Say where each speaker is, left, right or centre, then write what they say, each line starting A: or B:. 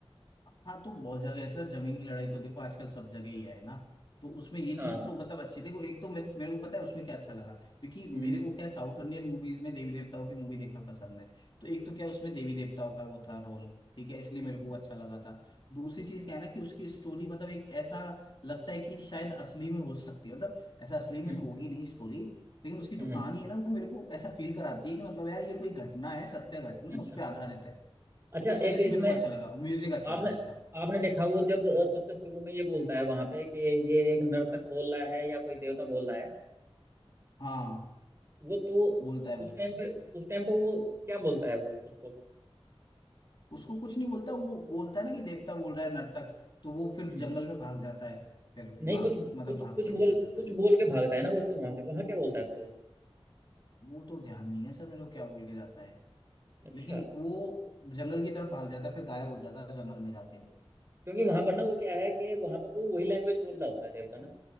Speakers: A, on the left; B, on the right.
A: हाँ तो बहुत जगह है सर जमीन की लड़ाई तो देखो आजकल सब जगह ही है ना तो उसमें ये
B: हाँ
A: चीज तो मतलब अच्छी देखो एक तो मे, मेरे को पता है उसमें क्या अच्छा लगा क्योंकि मेरे
B: हम्म
A: को क्या साउथ इंडियन मूवीज में देवी देवताओं की मूवी देखना पसंद है तो एक तो क्या उसमें देवी देवताओं का वो था रोल ठीक है इसलिए
B: हम्म
A: मेरे को वो अच्छा लगा था दूसरी चीज क्या है ना कि उसकी स्टोरी मतलब एक ऐसा लगता है कि शायद असली में हो सकती है मतलब ऐसा असली
B: हम्म
A: में होगी नहीं स्टोरी लेकिन उसकी जो
B: हम्म
A: कहानी है ना वो मेरे को ऐसा फील कराती है कि मतलब यार ये कोई घटना है सत्य घटना
B: अच्छा
A: उस पर आधारित है
B: अच्छा
A: तो इस वजह
B: एक
A: से
B: इसमें
A: मेरे को अच्छा लगा म्यूजिक अच्छा
B: आपने
A: था उसका
B: आपने देखा वो जब अ, सबसे शुरू में ये बोलता है वहां पे कि ये एक नर्तक बोल रहा है या कोई देवता बोल रहा है
A: हाँ
B: वो तो
A: बोलता है वो
B: उस टाइम पे उस टाइम पे वो क्या बोलता है वो उसको
A: उसको कुछ नहीं बोलता वो बोलता है ना कि देवता बोल रहा है नर्तक तो वो फिर
B: हम्म
A: जंगल में भाग जाता है फिर
B: नहीं
A: भाग
B: कुछ
A: मतलब
B: कुछ
A: भाग
B: कुछ
A: के
B: बोल
A: निकल जाता
B: कुछ
A: है
B: बोल के भागता है ना वो उसको वहां से वहां क्या बोलता है उसको
A: वो तो ध्यान नहीं है सर मेरे को क्या बोल के जाता है
B: अच्छा
A: लेकिन वो जंगल की तरफ भाग जाता है फिर गायब हो जाता है जंगल में जाके
B: क्योंकि वहां पर ना वो क्या है कि वहां पर वो वही लैंग्वेज बोल रहा होता है देवता ना